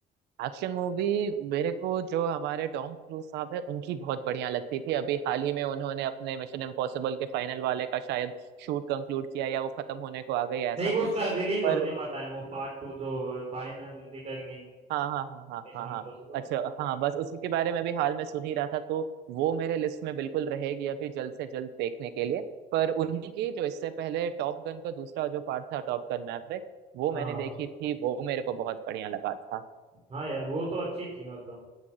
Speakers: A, on the right; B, on the right.
A: एक्शन मूवी मेरे को जो हमारे टॉम क्रूज साहब है उनकी बहुत बढ़िया लगती थी अभी हाल ही में उन्होंने अपने मिशन इम्पॉसिबल के फाइनल वाले का शायद शूट कंक्लूड किया या वो खत्म होने को आ गई
B: नहीं
A: ऐसा
B: वो
A: कुछ
B: उसका
A: है
B: रिलीज होने
A: पर
B: वाला है वो पार्ट टू जो फाइनल रिकॉग्निंग
A: हाँ हाँ हाँ हाँ
B: मिशन
A: हाँ
B: इम्पॉसिबल
A: हाँ अच्छा हाँ बस उसी के बारे में भी हाल में सुन ही रहा था तो वो मेरे लिस्ट में बिल्कुल रहेगी अभी जल्द से जल्द देखने के लिए पर उन्हीं की जो इससे पहले टॉप गन का दूसरा जो पार्ट था टॉप गन मैवरिक वो
B: हाँ
A: मैंने देखी थी वो मेरे को बहुत बढ़िया लगा था
B: हाँ यार वो तो अच्छी थी मतलब